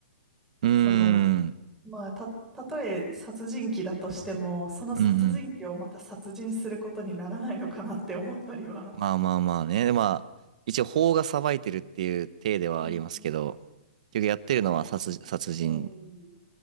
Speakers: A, on the right; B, in the centre.
A: うーん。
B: その、まあ、た、たとえ殺人鬼だとしても、その殺人鬼をまた殺人することにならないのかなって思ったりは。
A: うんうん。まあまあまあね。まあ、一応法が裁いてるっていう体ではありますけど、
B: うん、
A: 結局やってるのは殺、
B: 結構、
A: 殺人。
B: えー